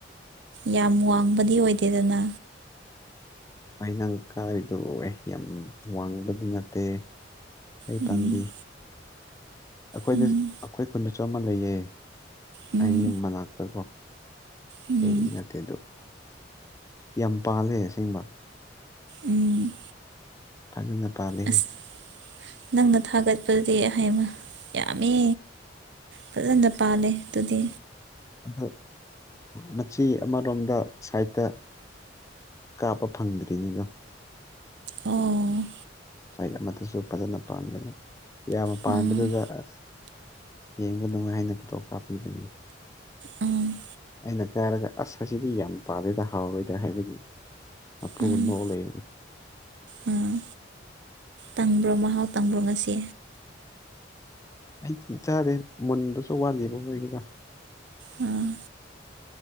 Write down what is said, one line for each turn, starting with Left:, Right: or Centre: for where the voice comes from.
Right: ꯌꯥꯝ ꯋꯥꯡꯕꯗꯤ ꯑꯣꯏꯗꯦꯗꯅ
Left: ꯑꯩ ꯅꯪ ꯀꯔꯤꯗꯣ ꯑꯦ ꯌꯥꯝ ꯋꯥꯡꯕꯗꯤ ꯅꯠꯇꯦ ꯑꯩ
Right: ꯎꯝ
Left: ꯄꯥꯟꯕꯤ ꯑꯩꯈꯣꯏꯗ
Right: ꯎꯝ
Left: ꯑꯩꯈꯣꯏ ꯀꯨꯟꯗꯁꯨꯝꯃ ꯂꯩꯌꯦ
Right: ꯎꯝ
Left: ꯑꯩ ꯌꯨꯝ ꯃꯅꯥꯛꯇꯀꯣ
Right: ꯎꯝ
Left: ꯑꯩꯗꯤ ꯅꯠꯇꯦꯗꯣ ꯌꯥꯝ ꯄꯥꯜꯂꯦ ꯑꯁꯦꯡꯕ
Right: ꯎꯝ
Left: ꯐꯖꯅ ꯄꯥꯜꯂꯤꯦ
Right: ꯑꯁ ꯅꯪꯅ ꯊꯥꯒꯠꯄꯗꯤ ꯑꯩꯍ ꯌꯥꯝꯃꯤ ꯐꯖꯅ ꯄꯥꯜꯂꯦ ꯑꯗꯨꯗꯤ
Left: ꯑꯗ ꯃꯆꯤ ꯑꯃꯔꯣꯝꯗ ꯁꯥꯏꯠꯇ ꯀꯥꯞꯄ ꯐꯪꯗ꯭ꯔꯤꯉ ꯑꯗꯣ
Right: ꯑꯣ
Left: ꯁꯗ ꯑꯃꯗꯨꯁꯨ ꯐꯖꯅ ꯄꯥꯟꯕꯅꯦ ꯌꯥꯝꯕ ꯄꯥꯟꯕꯗꯨꯗ
Right: ꯎꯝ
Left: ꯑꯁ ꯌꯦꯡꯕ ꯅꯨꯡꯉꯥꯏ ꯍꯥꯏꯅ ꯐꯣꯇꯣꯒ꯭ꯔꯥꯞ ꯄꯤꯕꯅꯤ
Right: ꯎꯝ
Left: ꯑꯩꯅ ꯀꯥꯏꯔꯒ ꯑꯁ ꯑꯁꯤꯗꯤ ꯌꯥꯝ ꯄꯥꯗꯦꯗ ꯍꯥꯎꯔꯣꯏꯗꯥ ꯍꯥꯏꯕꯒꯤ ꯑꯄ
Right: ꯎꯝ
Left: ꯃꯟꯅ ꯑꯣꯂ ꯌꯅꯤ
Right: ꯎꯝ ꯇꯪꯕ꯭ꯔꯣ ꯃꯍꯥꯎ ꯇꯪꯕ꯭ꯔꯣ ꯉꯁꯤ
Left: ꯑꯩ ꯆꯤꯟ ꯆꯥꯗꯦ ꯃꯨꯟꯕꯁꯨ ꯋꯥꯠꯂꯤꯕ ꯃꯣꯏꯒꯤꯗ
Right: ꯑꯥ